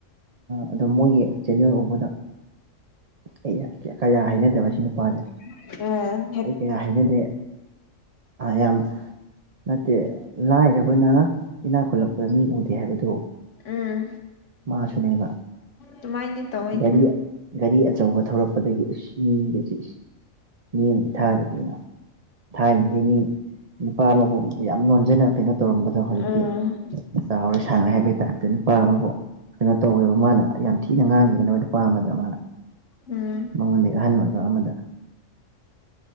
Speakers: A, on the right; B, on the left.
A: ꯑꯣ ꯃꯣꯏꯒꯤ ꯆꯦꯅꯦꯜ ꯎꯕꯗ ꯑꯩ ꯀꯌꯥ ꯍꯥꯏꯅꯗꯕ ꯁꯤ ꯅꯨꯄꯥꯁꯦ
B: ꯑꯣ ꯑꯥ
A: ꯑꯩ ꯀꯌꯥ ꯍꯥꯏꯅꯗꯦ ꯌꯥꯝ ꯅꯠꯇꯦ ꯂꯥꯏꯔꯕꯅ ꯏꯅꯥꯛ ꯈꯨꯜꯂꯛꯄꯗ ꯃꯤ ꯎꯗꯦ ꯍꯥꯏꯕꯗꯨ
B: ꯎꯝ
A: ꯃꯥꯁꯨꯅꯦꯕ
B: ꯇꯃꯥꯏꯗꯤ ꯇꯑꯣꯏꯅꯦ
A: ꯒꯥꯔꯤ ꯒꯥꯔꯤ ꯑꯆꯧꯕ ꯊꯧꯔꯛꯄꯗꯒꯤ ꯃꯤꯒꯁꯤ ꯃꯤꯒ ꯊꯥꯗ ꯀꯅꯣ ꯊꯥꯏꯅꯗꯤ ꯃꯤ ꯅꯨꯄꯥ ꯑꯃꯕꯨ ꯌꯥꯝ ꯅꯣꯟꯖꯅ ꯀꯩꯅꯣ ꯇꯧꯔꯝꯕꯗꯣ ꯍꯧꯖꯤꯛꯇꯤ
B: ꯎꯝ
A: ꯆꯥꯎꯔꯦ ꯁꯥꯡꯉꯦ ꯍꯥꯏꯕꯩ ꯇꯥꯞꯇ ꯅꯨꯄꯥ ꯑꯃꯕꯨ ꯀꯩꯅꯣ ꯇꯧꯋꯦꯕ ꯃꯥꯅ ꯌꯥꯝ ꯊꯤꯅ ꯉꯥꯡꯈꯤꯕꯅꯦ ꯅꯨꯄꯥ ꯑꯃꯗ ꯃꯥꯅ
B: ꯎꯝ
A: ꯃꯉꯣꯟꯗꯒꯤ ꯑꯍꯟ ꯑꯣꯏꯕ ꯑꯃꯗ